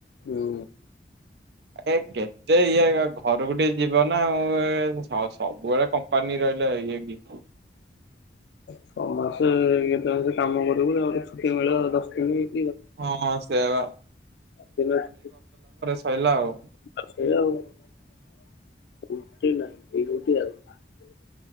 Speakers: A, on the left (about 70°); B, on the right (about 65°).
A: ହୁଁ।
B: ଏ କେତେ ଇଏ ଘରକୁ ଟିକେ ଯିବ ନା ଆଉ ସବୁବେଳେ କମ୍ପାନୀ ରହି ଇଏ କି
A: ଛଅ ମାସେ କେତଳେ ମାସ କାମ କରିବୁ <unintelligible> ଛୁଟି ମିଳିବ ଦଶ ଦିନି।
B: ହଁ ହଁ ସେୟାବା।
A: ଉଁ ଉଁ। <unintelligible>
B: ସଇଲା ଆଉ।